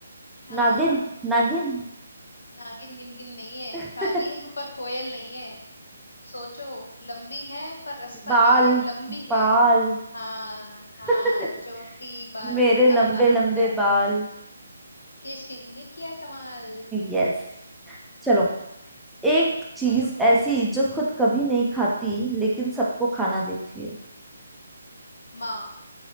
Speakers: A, on the left (about 75°); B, in the centre.
A: हाँ
B: नागिन नागिन
A: नागिन गिनगिन नहीं है
B: <laughs>
A: काली है पर कोयल नहीं है सोचो लंबी है पर रास्ता
B: बाल
A: नहीं है लंबी है
B: बाल
A: हाँ हाँ
B: <laughs>
A: चोटी बाल
B: मेरे
A: इतना
B: लंबे
A: बताना
B: लंबे
A: पड़ता है
B: बाल
A: केश किंग ने किया कमाल
B: यस चलो एक चीज
A: पूछो पूछो
B: ऐसी जो खुद कभी नहीं खाती लेकिन सबको खाना देती है
A: माँ